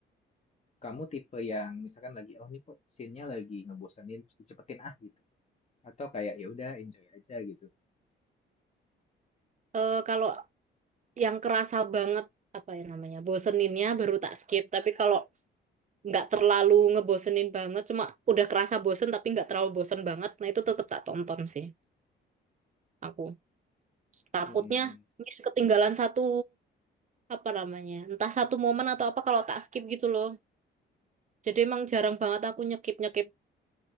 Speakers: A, on the left (about 35°); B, on the right (about 40°).
A: kamu tipe yang misalkan lagi oh ini kok scene-nya lagi ngebosenin terus dicepetin ah gitu. Atau kayak ya udah enjoy aja gitu.
B: Eh, kalau yang kerasa banget apa ya namanya boseninnya baru tak skip tapi kalau nggak terlalu ngebosenin banget cuma udah kerasa bosen tapi nggak terlalu bosen banget nah itu tetap tak tonton sih aku takutnya
A: Mhm.
B: miss ketinggalan satu apa namanya entah satu momen atau apa kalau tak skip gitu loh jadi emang jarang banget aku nyekip nyekip